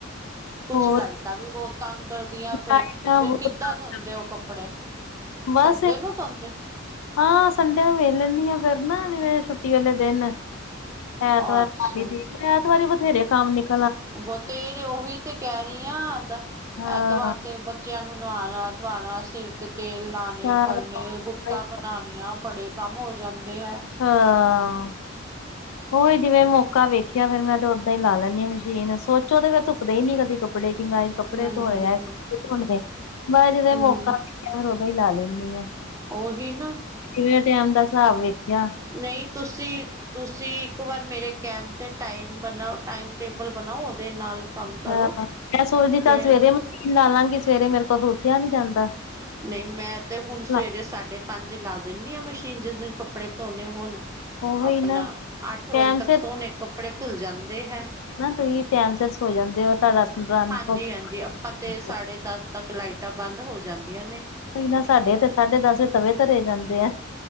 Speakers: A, on the right; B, on the left.
A: ਕੁਛ
B: ਹੋਰ
A: ਲਾਈਟਾਂ ਵੀ ਬਹੁਤ ਤੰਗ ਕਰਦੀਆਂ ਫਿਰ,
B: ਲਾਈਟਾਂ
A: ਫਿਰ
B: ਬਹੁਤ
A: ਕਿੱਦਾਂ
B: ਤੰਗ
A: ਧੋਂਦੇ
B: ਕਰਦੀਆਂ
A: ਓ ਕੱਪੜੇ?
B: ਬਸ
A: ਸੰਡੇ ਨੂੰ ਧੌਂਦੇ?
B: ਹਾਂ ਸੰਡੇ ਨੂੰ ਵੇਖ ਲੈਂਨੀ ਆ ਫੇਰ ਨਾ ਜਿਵੇਂ ਛੁੱਟੀ ਵਾਲੇ ਦਿਨ ਐਤਵਾਰੀ
A: ਅੱਛਾ
B: ਦੀ <unintelligible> ਐਤਵਾਰੀ ਬਥੇਰੇ ਕੰਮ ਨਿਕ
A: ਬਥੇਰੇ ਉਹੀ ਤੇ ਕਹਿ ਰਹੀ ਆ ਦ
B: ਹਾਂ
A: ਐਤਵਾਰ ਤੇ ਬੱਚਿਆਂ ਨੂੰ ਨਵਾਣਾ, ਧਵਾਣਾ ਸਿਰ ਤੇ ਤੇਲ ਲਾਣੇ
B: ਸਾਰੇ
A: ਕਰਨੇ ਗੁ ਗੁੱਤਾਂ ਬਣਾਨੀਆਂ ਬੜੇ ਕੰਮ ਹੋ ਜਾਂਦੇ ਹੈ।
B: ਹਾਂ ਹੋਰ ਜਿਵੇਂ ਮੌਕਾ ਵੇਖਿਆ ਫੇਰ ਮੈਂ ਤੇ ਓਦਾਂ ਹੀ ਲਾ ਲੈਂਨੀ ਆ ਮਸ਼ੀਨ ਸੋਚੋ ਤੇ ਫੇਰ ਧੁਪਦੇ ਹੈ ਨੀ ਕਦੀ ਕੱਪ ਕੱਪੜੇ ਕਿਵੇਂ ਕੱਪੜੇ
A: ਹਮ
B: ਧੋਏ ਆ, ਕੱਪੜੇ ਧੋਣੇ ਮੈਂ ਜਦੋਂ
A: ਹਮ
B: ਮੌਕਾ ਹੋਵੇ ਫਿਰ ਉਦੋਂ ਹੀ ਲਾ ਲੈਂਨੀ ਆ।
A: ਉਹੀ ਨਾ।
B: ਕਿਵੇਂ ਟੈਮ ਦਾ ਹਿਸਾਬ ਵੇਖਿਆ।
A: ਨਹੀਂ ਤੁਸੀਂ- ਤੁਸੀਂ ਇੱਕ ਵਾਰ ਮੇਰੇ ਕਹਿਣ 'ਤੇ ਟਾਈਮ ਬਣਾਓ ਟਾਈਮ ਟੇਬਲ ਬਣਾਓ ਉਹਦੇ ਨਾਲ ਕੰਮ ਕਰੋ
B: ਹਾਂ ਮੈਂ ਸੋਚਦੀ
A: ਫਿਰ
B: ਚੱਲ ਸਵੇਰੇ ਮਸ਼ੀਨ ਲਾਲਾਂਗੀ ਸਵੇਰੇ ਮੇਰੇ ਕੋਲ ਉੱਠਿਆ ਨੀ ਜਾਂਦਾ।
A: ਨਹੀਂ ਮੈਂ ਤੇ ਹੁਣ ਸਵੇਰੇ
B: ਹਾਂ,
A: ਸਾਢੇ ਪੰਜ ਲਾ ਦਿੰਨੀ ਆ ਮਸ਼ੀਨ ਜਿਸ ਦਿਨ ਕੱਪੜੇ ਧੋਣੇ ਹੋਣ।
B: ਉਹੀ
A: ਆਪਣਾ,
B: ਨਾ
A: ਅੱਠ ਵਜੇ
B: ਟਾਈਮ
A: ਤੱਕ ਸੋਹਣੇ ਕੱਪੜੇ ਧੁਲ ਜਾਂਦੇ ਹੈ।
B: ਇੱਕ ਨਾ ਤੁਸੀਂ ਟੈਮ ਸਿਰ ਸੌਂ ਜਾਂਦੇ ਹੋ ਤੁਹਾਡਾ ਰਨ
A: ਹਾਂਜੀ-ਹਾਂਜੀ
B: ਹੋ
A: ਆਪਾਂ ਤੇ
B: ਜਾਂਦਾ।
A: ਸਾਢੇ ਦਸ ਤੱਕ ਲਾਈਟਾਂ ਬੰਦ ਹੋ ਜਾਂਦੀਆਂ ਨੇ।
B: ਉਹੀ ਨਾ ਸਾਡੇ ਤੇ ਸਾਢੇ ਦਸ ਤਵੇ ਧਰੇ ਜਾਂਦੇ ਆ।